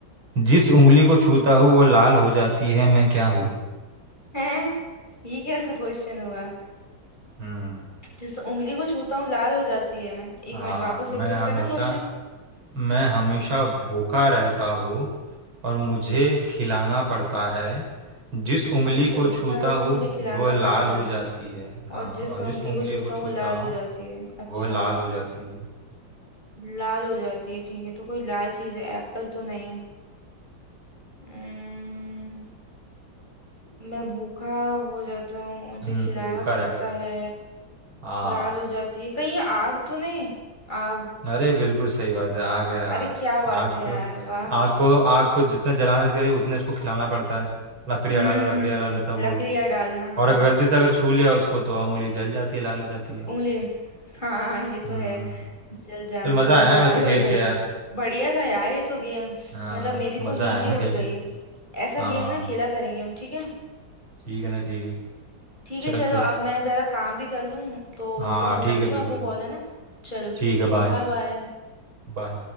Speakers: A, on the right; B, on the left.
A: जिस उंगली को छूता हूँ वो लाल हो जाती है मैं क्या हूँ
B: हैं? ये कैसा क्वेश्चन हुआ
A: हम्म
B: जिस उंगली को छूता हूँ लाल हो जाती है एक
A: हाँ
B: मिनट वापस
A: मैं
B: रिपीट
A: हमेशा
B: करना क्वेश्चन
A: मैं हमेशा भूखा रहता हूँ और मुझे खिलाना पड़ता है जिस उंगली
B: मैं हमेशा
A: को
B: भूखा
A: छूता
B: रहता
A: हूँ
B: हूँ मुझे खिलाना
A: वो लाल
B: पड़ता
A: हो
B: है
A: जाती है हाँ
B: और जिस
A: और
B: उंगली
A: जिस उंगली
B: को छूता
A: को छूता
B: हूँ वो लाल
A: हूँ
B: हो जाती है अच्छा
A: वो लाल हो जाती है
B: लाल हो जाती है ठीक है तो कोई लाल चीज़ है एप्पल तो नहीं है उम्म, मैं भूखा हो जाता हूँ मुझे
A: हम्म
B: खिलाना
A: भूखा
B: पड़ता
A: रहता है
B: है
A: हाँ
B: लाल हो जाती है कहीं ये आग तो नहीं आग
A: अरे बिल्कुल सही बात है आग है आग
B: अरे क्या बात
A: आग
B: है यार
A: को
B: वाह
A: आग को आग को जितना जलाना चाहिए उतने उसको खिलाना पड़ता है लकड़ियाँ
B: हम्म
A: डालो
B: हम्म
A: लकड़ियाँ
B: हम्म।
A: डालो तब वो
B: लकड़ियाँ डालना हाँ
A: और अगर गलती से अगर छू लिया उसको तो उंगली जल जाती है लाल हो जाती है
B: उंगली हाँ ये तो
A: हम्म
B: है जल जाना
A: चल मज़ा
B: उंगली
A: आया
B: लाल
A: वैसे खेल
B: हो जाना
A: के यार
B: बढ़िया था यार ये तो गेम
A: हाँ
B: मतलब मेरी
A: मज़ा
B: तो नींद
A: आया
B: ही
A: ना
B: उड़
A: खेल
B: गई
A: के
B: ऐसा
A: हाँ
B: गेम ना खेला करेंगे हम ठीक है
A: ठीक है ना ठीक है
B: ठीक
A: चल
B: है चलो
A: फिर
B: अब मैं जरा काम भी कर लूँ तो
A: हाँ
B: फिर मैं करती
A: ठीक है बिल्कुल
B: हूँ आपको कॉल है ना चलो
A: ठीक
B: ठीक
A: है
B: है
A: बाय
B: बाय बाय
A: बाय